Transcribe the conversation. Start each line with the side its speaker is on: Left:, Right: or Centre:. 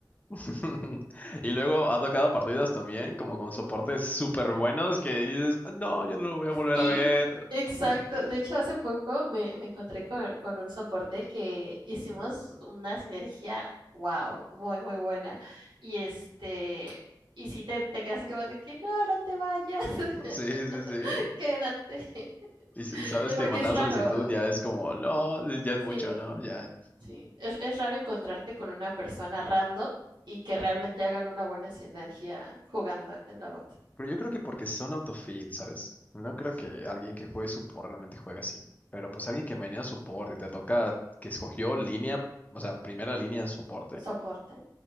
Left: <laughs> Y luego ha tocado partidas también, como con soportes súper buenos que dices, no, yo no lo voy a volver
Right: Sí,
Left: a ver.
Right: exacto.
Left: <laughs>
Right: De hecho, hace poco me, me encontré con, con un soporte que hicimos una sinergia, wow, muy, muy buena. Y este, y sí te, te quedas así como de que no, no te vayas, <laughs>
Left: Sí, sí, sí.
Right: quédate. <laughs>
Left: Y, s- y sabes
Right: Eh,
Left: que
Right: Porque
Left: mandar
Right: es raro,
Left: solicitud ya es como, no, ya es
Right: sí,
Left: mucho, ¿no? Ya.
Right: sí. Es, es raro encontrarte con una persona random y que realmente hagan una buena sinergia jugando en la bot.
Left: Pero yo creo que porque son autofill, ¿sabes? No creo que alguien que juegue support realmente juegue así. Pero pues alguien que maneja support y te toca que escogió línea, o sea, primera línea de soporte,
Right: Soporte.